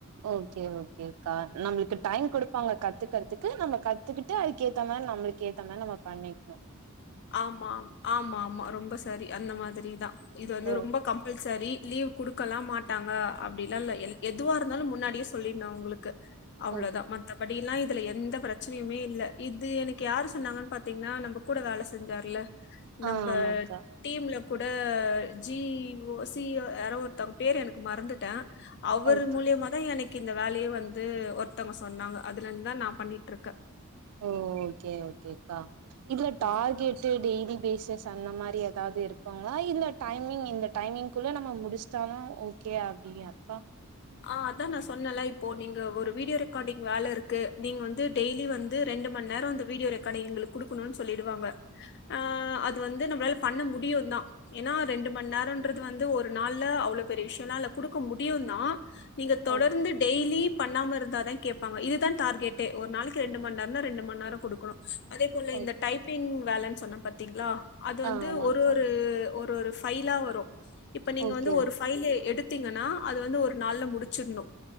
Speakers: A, on the right (about 85°); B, on the left (about 50°).
A: ஓகே ஓகேக்கா நம்ளுக்கு டைம் குடுப்பாங்க கத்துக்கறதுக்கு நம்ம கத்துக்கிட்டு அதுக்கேத்த மாரி நம்ளுக்கு ஏத்த மாரி நம்ம பண்ணிக்னு
B: ஆமா ஆமாமா ரொம்ப சரி அந்த மாதுரி தா இது வந்து
A: ஓ
B: ரொம்ப கம்ப்புல் சரி லீவ் குடுக்கலா மாட்டாங்க அப்டிலா இல்ல எத் எதுவா இருந்தாலு முன்னடியே சொல்லிட்னு அவுங்ளுக் கு அவ்ளோதா
A: ஓ
B: மத்த பட் இன்னா இதுல எந்த ப்ரச்சனயுமே இல்ல இது எனக்கு யாரு சொன்னாங்கன்னு பாத்தீங்கன்னா நம்ம கூட வேல செய் து தெர்ல நம்ப
A: ஆ ஆமாக்கா
B: டீம்ல கூட ஜிஓ சி யாரோ ஒர்த்தவ்ங்க பேர் எனக்கு மறந்துட்ட அவர்
A: ஓகே
B: மூலியமா தான் எனக்கு இந்த வேலையே வந்து ஒருத்தவங்க சொன்னாங்க அதுல இருந்து தான் நான் பண்ணிட்டு இருக்கேன்
A: ஓ ஓகே ஓகேக்கா இதுல
B: ஆமா
A: டார்கெட் டெய்லி பேசஸ் அந்த மாதிரி ஏதாவது இருக்கோங்களா இந்த டைமிங் இந்த டைமிங் குள்ள நம்ம முடிச்சிட்டாலும் ஓகே அப்டியாக்கா
B: ஆஹ் அதான் நான் சொன்னல இப்போ நீங்க ஒரு வீடியோ ரெக்கார்டிங் வேலை இருக்கு நீங்க வந்து டெய்லி வந்து ரெண்டு மணி நேரம் அந்த வீடியோ ரெக்கார்டிங் எங்களுக்கு குடுக்கணும்னு சொல்லிடுவாங்க ஆஹ் அது வந்து நம்மளால பண்ண முடியும் தான் ஏன்னா ரெண்டு மணி நேரம்ன்றது வந்து ஒரு நாள்ல அவ்வளவு பெரிய விஷயம் எல்லாம் இல்ல குடுக்க முடியும் தான் நீங்க தொடர்ந்து
A: ஓ
B: டெய்லி பண்ணாம இருந்தா கேடப்பாங்க இதுதான் டார்கெடே ஒரு நாளைக்குெண்டு மணி நேம் ரெண்டு மணி நேரம் கொடுணும் அதே போல
A: ஓ
B: இந்த டைப்பிங் வேலன்ஸ் சொன்ன பத்த இங்களா அது வந்து
A: ஆ ஆமாக்கா
B: ஒரு ஒரு ஒரு ஒரு ஃபைலா வரும் இப்ப நீங்க
A: ஓகே
B: வந்து ஒரு பபைல் எடுத்து த்தீங்கன்னா அது வந்து ஒரு நாளல முடிச்சிடணும்